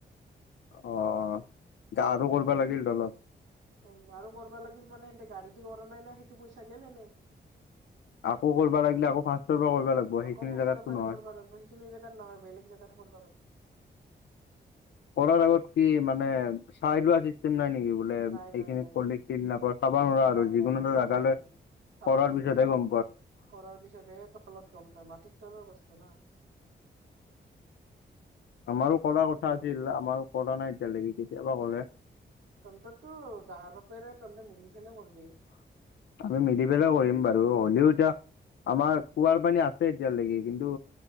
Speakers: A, on the left; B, on the right.
A: অ গা আৰু কৰিবা লাগিল তলত
B: উম আৰু কৰিবা লাগিল মানে সিহতে গাড়ীদি কৰা নাই না সেইটো পইচা গেল এনেই
A: <inaudible> আকৌ কৰিব লাগিলে আকৌ ফাৰ্ষ্টৰ পৰা কৰিব লাগিব সেইখিনি
B: আকৌ ফাৰ্ষ্টৰ
A: জাগাতটো
B: পৰা
A: নহয়।
B: কৰবা লাগব সেইখিনি জেগাত নহয় বেলেগ <unintelligible>
A: কৰা আগত কি মানে চাই লোৱা চিষ্টেম নাই নেকি? বোলে
B: নাই
A: এইখিনি
B: নাই নাই
A: পলি তিল নাপ চাব নোৱাৰা আৰু
B: নাই
A: যিকোনো
B: নাই নাই
A: এটা
B: চাবা
A: জাগালৈ
B: নোৱাৰে চাবা
A: পাৰ
B: নোৱাৰে
A: পিছতহে গম প
B: কৰাৰ পিছতহে তলত গম পায় মাটিৰ তলৰ বস্তু না
A: আমাৰো কৰাৰ কথা আছিল আমাৰো কৰা নাই এতিয়ালৈকে কেতিয়াবা কৰে।
B: তন্তটো দাহাৰ বাপেৰে তন্তে মিলি ফেলে কৰবি
A: আমি মিলি পেলাইও কৰিম বা হ'লেও এতিয়া আমাৰ কুঁৱাৰ পানী আছে এতিয়ালৈকে কিন্তু